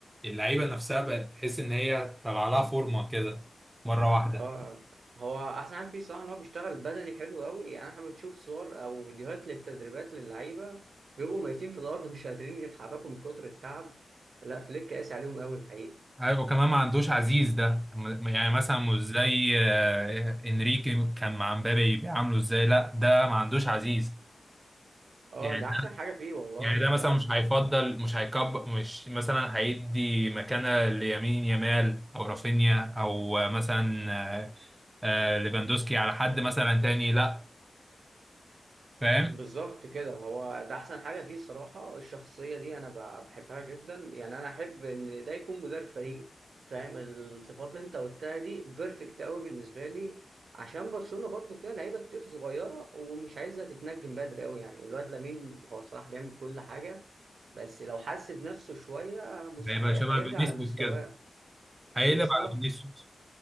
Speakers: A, on the right (about 15°); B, on the right (about 75°).
A: اللعيبه نفسها بقت تحس ان هي طلع لها فورمه كده مره واحده
B: اه هو احسن حاجه فيه الصراحه ان هو بيشتغل بدني حلو قوي يعني احنا بنشوف صور او فيديوهات للتدريبات للعيبه بيبقوا ميتين في الارض مش قادرين يتحركوا من كتر التعب لا فليك قاسي عليهم قوي الحقيقه
A: ايوه وكمان ما عندوش عزيز ده م- يعني مثلا مش زي آه، انريكي كان مع مبابي بيعامله ازاي لا ده ما عندوش عزيز
B: اه
A: يعني
B: ده
A: ده
B: احسن حاجه فيه والله
A: يعني ده
B: فاهم
A: مثلا مش هيفضل مش هيكب مش مثلا هيدي مكانة ليمين يامال او رافينيا او مثلا آه، آه ليفاندوسكي على حد مثلا تاني لا فاهم
B: بالظبط كده هو ده احسن حاجه فيه الصراحه الشخصيه دي انا ب- بحبها جدا يعني انا احب ان ده يكون مدير فريق فاهم الصفات اللي انت قلتها دي بيرفكت قوي بالنسبه لي عشان برشلونه برضه فيها لعيبه كتير صغيره ومش عايزه تتنجم بدري قوي يعني الواد لامين هو الصراحه بيعمل كل حاجه بس لو حس بنفسه شويه مس-
A: هيبقى
B: هي-
A: شبه
B: هيرجع
A: فينيسيوس
B: لمستواه
A: كده هيقلب
B: بالظبط
A: على فينيسيوس